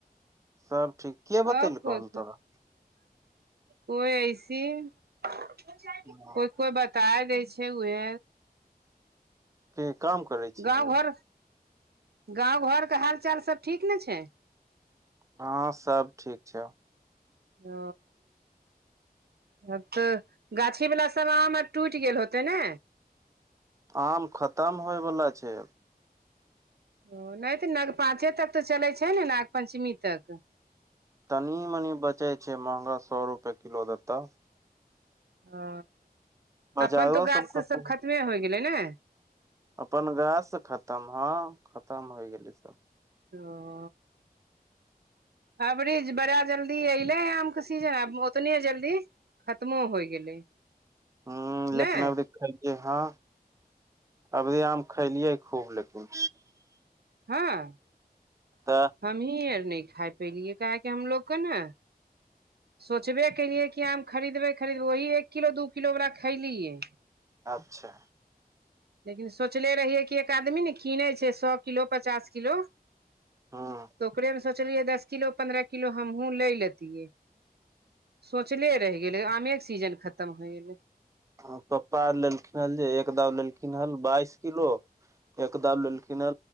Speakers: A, on the right; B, on the right.
A: सब ठीक के बतैलखन
B: आ कोइ
A: तोरा
B: कोइ ऐसी कोइ
A: हँ,
B: कोइ बात ताय दैय छै उहे
A: ते काम <unintelligible>
B: गाँव
A: हमे
B: घर गाँव घरके हाल चाल सब ठीक ने छै
A: हँ सब ठीक छै
B: ओ आब तऽ गाछी बला सब आम आर टुटि गेल होतै ने
A: आम खतम होइवला छै
B: ओ नहि तऽ नाग पाचे तक तऽ चलै छै ने नाग पञ्चमी तक
A: तनी मनी बचै छै महँगा सौ रुपए किलो देताऽ
B: ओ
A: बजारो
B: अपन तऽ गाछ से
A: खतम
B: सब खतमे होइ गेलै नै
A: अपन गाछ तऽ खतम हँ खतम होइ गेलै सब
B: त <inaudible> अबरी ज बड़ा जल्दी अयलैय आम के सीजन आब ओतने जल्दी खत्मो होइ गेलै
A: हुॅं लेेकिन
B: ने
A: अभी हँ अभी आम खैलयै खूब लेकिन
B: हँ
A: तऽ
B: हमही आर नै खा पलियै काहेक हमलोग के ने सोचबे केलियै कि आम खरीदबे खरीदबै वही एक किलो दू किलो हमरा खैलियै
A: अच्छा
B: लेकिन सोचले रहियै कि एक आदमी ने किनै छै सौ किलो पचास किलो
A: ह
B: तऽ ओकरेमे सोचलियै दस किलो पन्द्रह किलो हमहूँ लए लेतियै सोचले रैह गेलै आमे के सीजन खतम होइ गेलै
A: ह पप्पा आर लेलखिन हन जे एक दाव लेलखिन हन बाइस किलो एक दौ लेलखिन ह